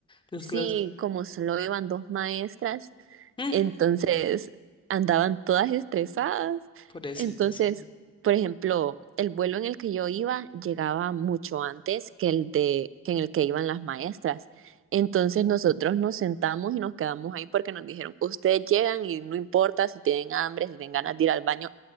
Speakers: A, on the left; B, on the right.
A: Los,
B: Sí,
A: los,
B: como solo iban dos maestras,
A: mm,
B: Entonces andaban todas estresadas.
A: pobrecitas.
B: Entonces, por ejemplo, el vuelo en el que yo iba llegaba mucho antes que el de que en el que iban las maestras. Entonces nosotros nos sentamos y nos quedamos ahí porque nos dijeron, ustedes llegan y no importa si tienen hambre, si tienen ganas de ir al baño,